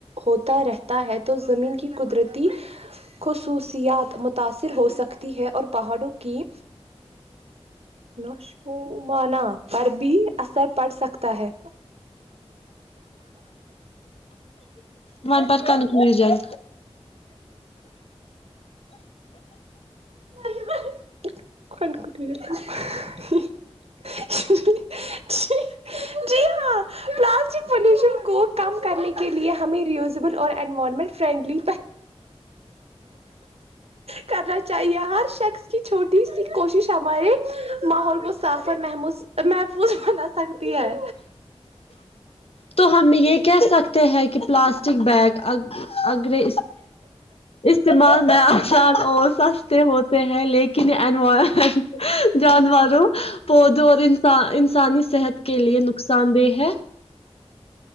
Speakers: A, on the right; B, on the left.
A: ہوتا رہتا ہے تو زمین کی قدرتی خصوصیات متاثر ہو سکتی ہے اور پہاڑوں کی نوشانہ پر بھی اثر پڑ سکتا ہے
B: من پرات کان م جائے
A: جی ہاں پلاسٹک پوشن کو کم کرنے کے لیے ہمیں ریوزبل اور انوائرمنٹ فرینڈلی کرنا چاہیے ہر شخص کی چھوٹی سی کوشش ہمارے ماحول کو صاف اور محمو محفوظ بنا سکتی ہے
B: تو ہم یہ کہہ سکتے ہیں کہ پلاسٹک بیگ ا اگگرے استعمال بیا سل اور سستے ہو ہیں لیکن انوائرمنٹ جانوروں پودوں اور انان انسانی صحت کے لیے نقصان دہ ہے